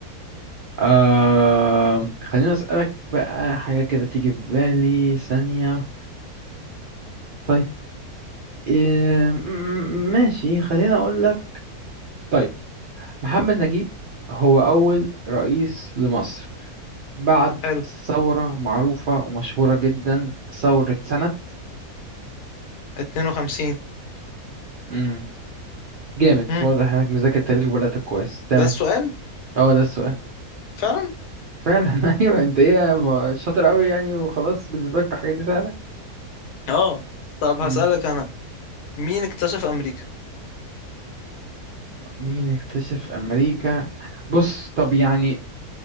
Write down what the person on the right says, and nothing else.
آه... خليني أسألك بقى حاجة كده تيجي في بالي ثانية طيب إيه... م- م- ماشي خليني أقول طيب محمد نجيب هو أول رئيس لمصر بعد
ثورة معروفة ومشهورة جدا ثورة سنة
مم. جامد
واضح انك مذاكر تاريخ بلدك كويس تمام
اه ده السؤال
فعلا <laughs> ايوه انت ايه ما- شاطر قوي يعني وخلاص بالنسبة لك الحاجات دي سهلة
مم.
مين اكتشف امريكا بص طب يعني